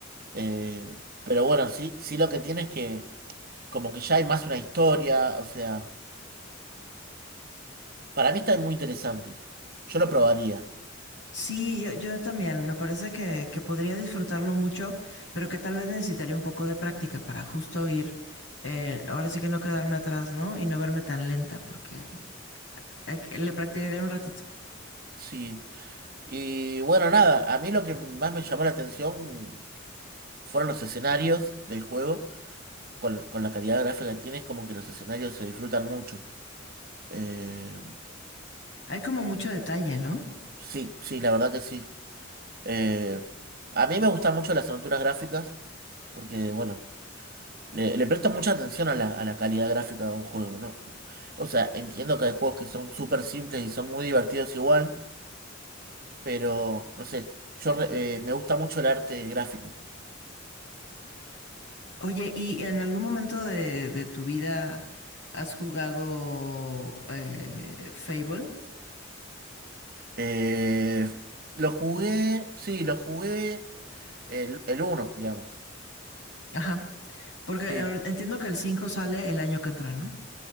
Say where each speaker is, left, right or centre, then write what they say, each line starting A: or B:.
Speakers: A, on the right; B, on the left.
A: Eh, pero bueno, sí, sí lo que tiene es que como que ya hay más una historia, o sea, para mí está muy interesante. Yo lo probaría,
B: Sí, yo, yo también. Me parece que, que podría disfrutarlo mucho, pero que tal vez necesitaría un poco de práctica para justo ir. eh, ahora sí que no quedarme atrás, ¿no? Y no verme tan lenta, porque pues, hay que- le practicaré un ratito.
A: sí. Y bueno, nada, a mí lo que más me llamó la atención fueron los escenarios del juego. con, con la calidad gráfica que tiene, es como que los escenarios se disfrutan mucho. Eh,
B: Hay como mucho detalle, ¿no?
A: sí, sí, la verdad que sí. Eh, a mí me gustan mucho las aventuras gráficas porque, bueno, le, le presto mucha atención a la, a la calidad gráfica de un juego, ¿no? O sea, entiendo que hay juegos que son súper simples y son muy divertidos igual, pero, no sé, yo re- eh, me gusta mucho el arte gráfico.
B: Oye, ¿y en algún momento de, de tu vida has jugado eh, Fable?
A: Eh, lo jugué, sí, lo jugué el, el uno digamos.
B: Ajá. Porque
A: Sí.
B: eh, entiendo que el cinco sale el año que entra, ¿no?